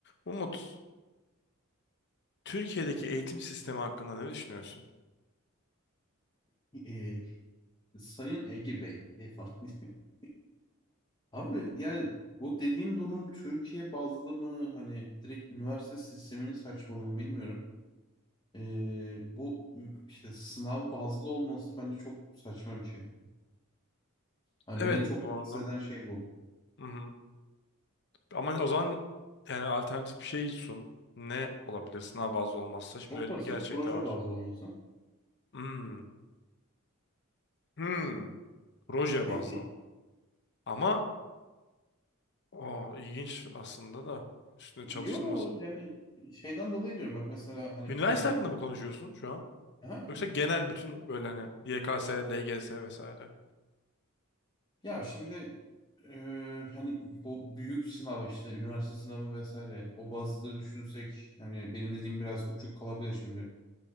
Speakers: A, on the left; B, on the left.
A: Umut, Türkiye'deki eğitim sistemi hakkında ne düşünüyorsun?
B: E, Sayın Ege Bey e, falan diye. <laughs> Abi yani bu dediğin durum Türkiye bazlı mı hani direkt üniversite sisteminin saçmalığı mı bilmiyorum. E, bu işte sınav bazlı olması bence çok saçma bir şey. Hani
A: Evet
B: beni en çok
A: bu
B: rahatsız
A: arada.
B: eden şey bu.
A: Hı hı. Ama o zaman yani alternatif bir şey sun. Ne olabilir sınav bazlı olmazsa?
B: Çok
A: Şimdi öyle
B: basit
A: bir gerçek
B: proje
A: de var.
B: bazlı olması.
A: Hmm. Hmm. Proje
B: <laughs>
A: bazlı. Ama o ilginç aslında da üstüne çalışılması.
B: Yo yani şeyden dolayı diyorum bak mesela hani
A: Üniversite
B: benim
A: hakkında mı konuşuyorsun şu an?
B: ha,
A: Yoksa genel bütün böyle hani YKS, LGS vesaire.
B: Ya şimdi eee, hani bu büyük sınav işte üniversite sınavı vesaire o bazda düşünsek hani benim dediğim biraz uçuk kalabilir şimdi.